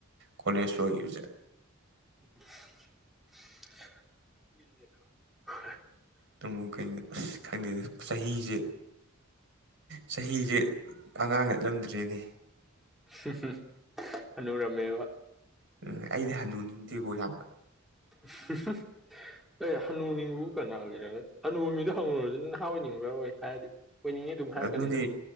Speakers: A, on the right; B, in the centre.
A: ꯀꯣꯂꯦꯖ ꯂꯣꯏꯈꯤꯕꯁꯦ
B: ꯑ ꯁ ꯁꯍ ꯍꯥ
A: ꯇꯃꯨꯛ ꯈꯩꯅ ꯑꯁ ꯈꯪꯗꯦ ꯆꯍꯤꯁꯦ ꯆꯍꯤꯁꯦ ꯑꯉꯥꯡ ꯅꯠꯂꯝꯗ꯭ꯔꯦꯅꯦ
B: ꯍ ꯍ ꯍꯥꯅꯨꯔꯝꯃꯦꯕ
A: ꯎꯨꯝ ꯑꯩꯗꯤ ꯍꯅꯨꯅꯤꯡꯗꯦꯕꯣ ꯌꯥꯝꯅ
B: ꯍ ꯍ ꯑꯥꯏ ꯍꯅꯨ ꯅꯤꯡꯕꯕꯨ ꯀꯅꯥ ꯂꯩꯔꯝꯒꯦ ꯍꯅꯨ ꯃꯤꯗꯣ ꯍꯪꯉꯨꯨꯔꯗꯨꯅ ꯅꯍꯥ ꯑꯣꯏꯅꯤꯡꯕ꯭ꯔꯥ ꯑꯣꯏ ꯍꯥꯏꯔꯗꯤ ꯑꯣꯏꯅꯤꯡꯉꯤ ꯑꯗꯨꯝ ꯍꯥꯏꯔꯛꯀꯅꯤꯗ
A: ꯑꯗꯨꯅꯤ